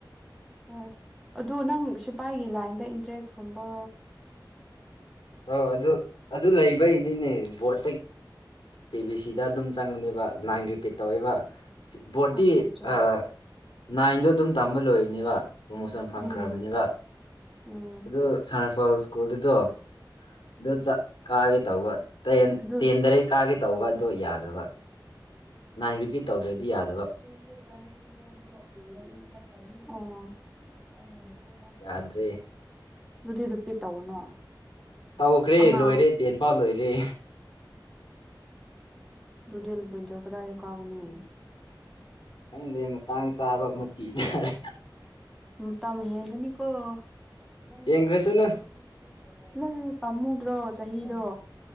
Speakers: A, in the centre; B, on the left.
A: ꯍꯣꯏ ꯑꯗꯨ ꯅꯪ ꯁꯤꯐꯥꯏꯒꯤ ꯂꯥꯏꯟꯗ ꯏꯟꯇꯔꯦꯁ ꯀꯨꯝꯕ
B: ꯑ ꯑꯗꯨ ꯑꯗꯨ ꯂꯩꯕꯩꯅꯤꯅꯦ ꯣꯠ ꯁꯤꯁ ꯁꯤꯗ ꯑꯗꯨꯝ ꯆꯪꯕꯅꯦꯕ ꯅꯥꯏꯟ ꯔꯤ ꯄꯤ ꯇꯧꯕ ꯕꯣꯔꯠꯇꯤ
A: ꯑꯆꯥ ꯑꯆꯥ
B: ꯑ ꯅꯥꯏꯟꯗꯣ ꯑꯗꯨꯝ ꯇꯝꯕ ꯂꯣꯏ꯫ ꯅꯤꯕ ꯄ꯭ꯔꯣꯃꯣꯁ ꯌꯥꯝ ꯐꯪꯈ꯭ꯔꯕꯅꯦꯕ
A: ꯎꯝ ꯎꯝ
B: ꯑꯣ ꯁꯥꯔ ꯄꯜ ꯁꯀꯨꯜꯗꯨꯗꯣ ꯑꯗꯨ ꯆ ꯀꯥꯒꯦ ꯇꯧꯕ ꯇꯦꯟ
A: ꯑꯗꯨ
B: ꯇꯦꯟꯗꯔꯩ ꯀꯥꯒꯦ ꯇꯧꯕ꯫ ꯇꯣ ꯌꯥꯗꯕ ꯅꯥꯏꯟ ꯔꯤꯄꯤꯠ ꯇꯧꯗꯗꯤ ꯌꯥꯗꯦ
A: <inaudible> ꯑꫭ
B: ꯌꯥꯗ꯭ꯔꯦ
A: ꯑꯗꯨꯗꯤ ꯔꯨꯄꯤꯠ ꯇꯧꯅꯣ
B: ꯇꯧꯈ꯭ꯔꯦ
A: ꯑꯉꯥꯡ
B: ꯂꯣꯏꯔꯦ ꯇꯦꯟꯐꯥꯎ ꯂꯣꯏꯔꯦ꯫
A: ꯑꯗꯨꯗꯨꯗ ꯆ ꯀꯗꯥ ꯀꯥꯒꯅꯤ
B: ꯈꯪꯗꯦ ꯃꯇꯥꯡ ꯆꯥꯕ ꯃ ꯊꯤ ꯇꯥꯔꯦ꯫
A: ꯎ ꯇꯝ ꯍꯦꯒꯅꯤꯀꯣ <unintelligible>
B: ꯌꯦꯡꯈ꯭ꯔꯁꯅꯨ
A: ꯏ ꯄꯃꯨꯗ꯭ꯔꯣ ꯆꯍꯤꯗꯣ